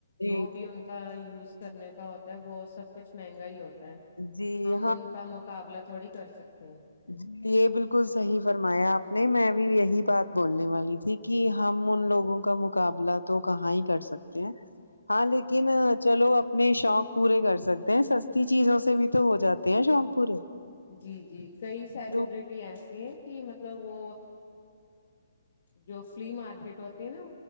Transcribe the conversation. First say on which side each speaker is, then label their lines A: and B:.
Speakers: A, on the left; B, on the left.
A: جو
B: جی
A: بھی ان کا یوز کرنے کا ہوتا ہے وہ سب کچھ مہنگا ہی ہوتا ہے
B: جی
A: ہم ان کا مقابلہ تھوڑی کر سکتے ہیں
B: جی یہ بالکل صحیح فرمایا آپ نے میں بھی یہی بات بولنے والی تھی کہ ہم ان لوگوں کا مقابلہ تو کہاں ہی کر سکتے ہیں ہاں لیکن چلو اب نہیں شوق پورے کر سکتے ہیں سستی چیزوں سے بھی تو ہو جاتے ہیں شوق پورے
A: جی جی کئی سیلیبرٹی
B: ضرور،
A: ایسی ہیں کہ مطلب وہ جو فلم مارکیٹ ہوتی ہے نا